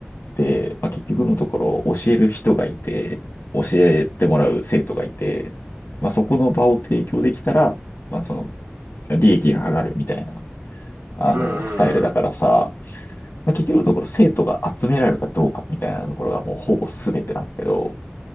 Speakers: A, on the left; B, on the right.
A: て、まあ、結局のところ、教える人がいて、教えてもらう生徒がいて、まあ、そこの場を提供できたら、まあ、その、利益が上がるみたいな、あの、
B: うんうんうん。
A: スタイルだからさ、まあ、結局のところ生徒が集められるかどうかみたいなところがもうほぼ全てなんだけど、